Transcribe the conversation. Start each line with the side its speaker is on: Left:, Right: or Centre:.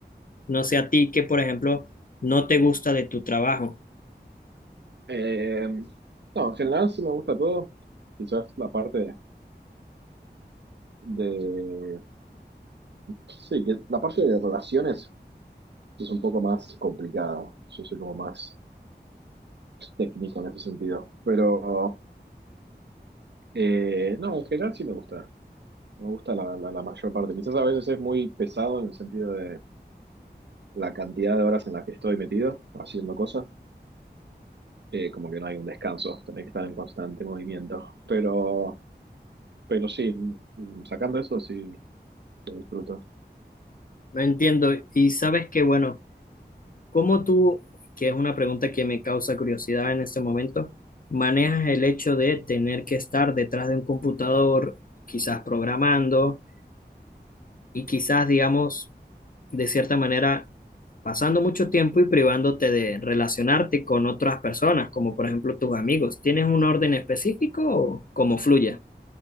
Left: No sé a ti que, por ejemplo, no te gusta de tu trabajo.
Right: Eh, no, en general sí me gusta todo. Quizás la parte de... Sí, que la parte de relaciones es un poco más complicada. Yo soy como más técnico en ese sentido. Pero eh, no, en general sí me gusta. Me gusta la, la, la mayor parte. Quizás a veces es muy pesado en el sentido de la cantidad de horas en las que estoy metido haciendo cosas. Eh, como que no hay un descanso. Tenés que estar en constante movimiento. Pero, pero sí, mm, sacando eso sí lo disfruto.
Left: No entiendo. Y sabes que, bueno, ¿Cómo tú, que es una pregunta que me causa curiosidad en este momento, manejas el hecho de tener que estar detrás de un computador, quizás programando y quizás, digamos, de cierta manera, pasando mucho tiempo y privándote de relacionarte con otras personas, como por ejemplo tus amigos? ¿Tienes un orden específico o cómo fluye?